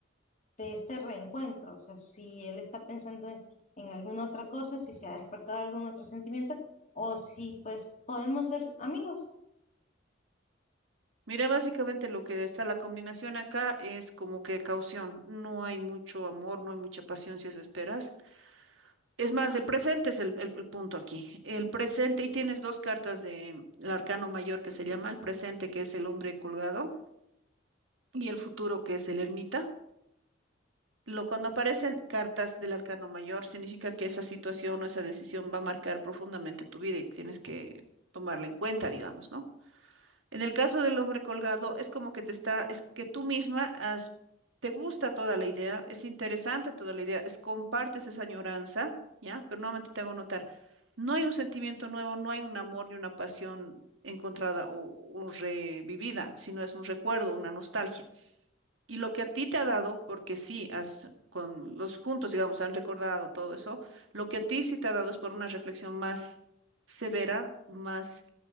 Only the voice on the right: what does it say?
Mira, básicamente lo que está la combinación acá es como que caución. No hay mucho amor, no hay mucha pasión si eso esperas. Es más, el presente es el, el- el punto aquí. El presente, y tienes dos cartas del arcano mayor que se llama el presente, que es el hombre colgado, y el futuro, que es el ermita. Lo, cuando aparecen cartas del arcano mayor, significa que esa situación o esa decisión va a marcar profundamente tu vida y tienes que tomarla en cuenta, digamos, ¿no? En el caso del hombre colgado, es como que te está, es que tú misma has, te gusta toda la idea, es interesante toda la idea, es, compartes esa añoranza, ¿ya? Pero nuevamente te hago notar, no hay un sentimiento nuevo, no hay un amor ni una pasión encontrada o, o revivida, sino es un recuerdo, una nostalgia. Y lo que a ti te ha dado, porque sí, has, con los puntos, digamos, han recordado todo eso, lo que a ti sí te ha dado es por una reflexión más severa, más